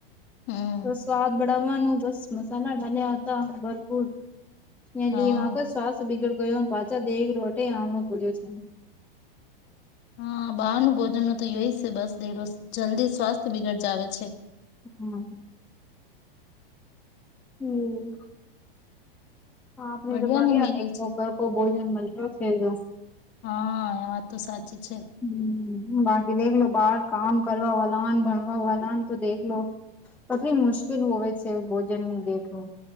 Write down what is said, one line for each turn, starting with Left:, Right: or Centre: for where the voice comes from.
Left: હમ
Centre: તો સ્વાદ બડાવવાનું બસ, મસાલા ડાલ્યા હતા, ભરપૂર. ત્યાં
Left: હા
Centre: લ વાખ શ્વાસ બીગડ ગયો પાછા દેહ રોટે આમણો પડ્યો <unintelligible> છે <inaudible>
Left: હા, બહાર નું ભોજન તો ખાય છે, બસ એ જલ્દી સ્વાસ્થ્ય બિગડ જાવે છે.
Centre: હમ. હમ. હા, આપને
Left: બડિયા
Centre: તો ભાઈ
Left: ને મિલે
Centre: આવે છે, ઘર કો બોલકોને મહિનો થઈ ગયો તો. <unintelligible>
Left: હા, એ વાત તો સાચી છે.
Centre: હમ, બાકી દેખલો, બહાર કામ કરવા વાળા ને, ભણવાવાળા તો દેખલો. પટલી મુશ્કેલ હોય છે, ભોજન ની દેખું.